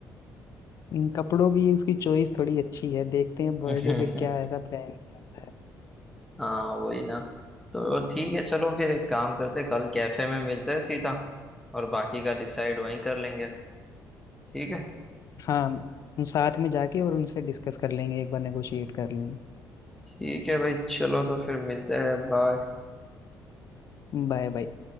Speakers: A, on the left; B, in the centre.
A: इन कपड़ों की उसकी चॉइस थोड़ी अच्छी है देखते हैं बर्थडे
B: <laughs>
A: पे क्या ऐसा पहनता है
B: हाँ वही ना तो ठीक है चलो फिर एक काम करते हैं, कल कैफे में मिलते हैं सीधा और बाकी का डिसाइड वहीं कर लेंगे ठीक है
A: हाँ हम साथ में जाके और उनसे डिस्कस कर लेंगे एक बार नेगोशिएट कर लेंगे
B: ठीक है भाई चलो तो फिर मिलते हैं बाय
A: Bye bye